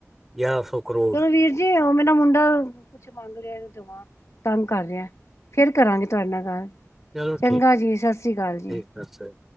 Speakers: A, in the centre; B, on the left.
A: ਗਿਆਰਾਂ ਸੌ ਕਰੋੜ।
B: ਚਲੋ ਵੀਰ ਜੀ ਉਹ ਮੇਰਾ ਮੁੰਡਾ, ਕੁਛ ਮੰਗ ਰਿਹਾ ਹੈ। ਤੰਗ ਕਰ ਰਿਹਾ, ਫੇਰ ਕਰਾਂਗੇ ਤੁਹਾਡੇ ਨਾਲ ਗੱਲ।
A: ਚਲੋ
B: ਚੰਗਾ
A: ਠੀਕ,
B: ਜੀ ਸਤਿ ਸ੍ਰੀ ਅਕਾਲ
A: ਠੀਕ
B: ਜੀ।
A: ਅੱਛਾ ਜੀ